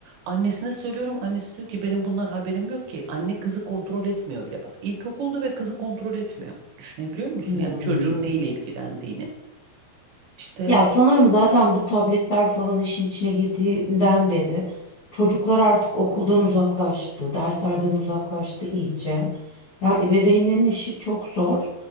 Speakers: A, on the right (about 85°); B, on the left (about 75°).
A: Annesine söylüyorum. Annesi diyor ki benim bundan haberim yok ki. Anne kızı kontrol etmiyor bile bak. İlkokulda ve kızı kontrol etmiyor. Düşünebiliyor musun?
B: Hmm.
A: Yani çocuğun neyle ilgilendiğini. İşte
B: Ya sanırım zaten bu tabletler falan işin içine girdiğinden beri çocuklar artık okuldan uzaklaştı, derslerden uzaklaştı iyice. Ya ebeveynlerin işi çok zor.